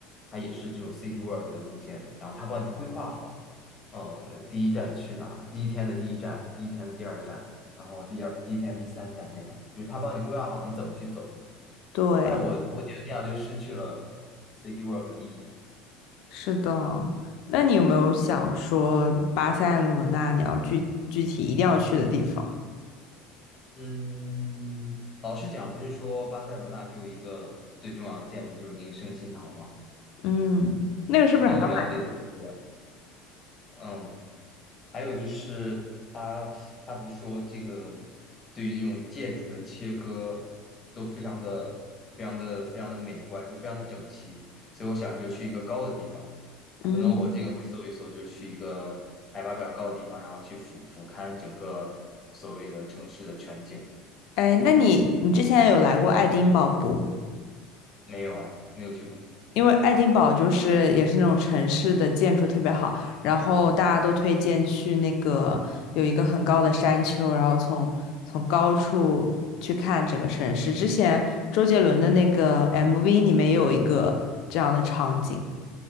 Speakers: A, on the left; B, on the left.
A: 他也是这种 city work 的路线，然后他帮你规划好，呃，第一站去哪，第一天的第一站，第一天的第二站，然后第二第一天第三站那样，就是他帮你规划好你怎么去走。
B: 对，
A: 但我我觉得那样就失去了 city work 的意义
B: 是的。那你有没有想说巴塞罗那你要具具体一定要去的地方？
A: 嗯，老实讲，不是说巴塞罗那只有一个最重要的建筑，就是那个圣心堂吗？
B: 嗯，那个是不是还要？
A: 可能我了解的不多，嗯，还有就是他他不是说这个对于这种建筑的切割都非常的非常的非常的美观，就非常的整齐，所以我想就去一个高的地方，
B: 嗯，
A: 可能我这个会搜一搜，就去一个海拔比较高的地方，然后去俯俯瞰整个所谓的城市的全景。
B: 哎，那你你之前有来过爱丁堡不？
A: 没有哎，没有去过
B: 因为爱丁堡就是也是那种城市的建筑特别好，然后大家都推荐去那个有一个很高的山丘，然后从从高处去看整个城市。之前周杰伦的那个 MV 里面也有一个这样的场景，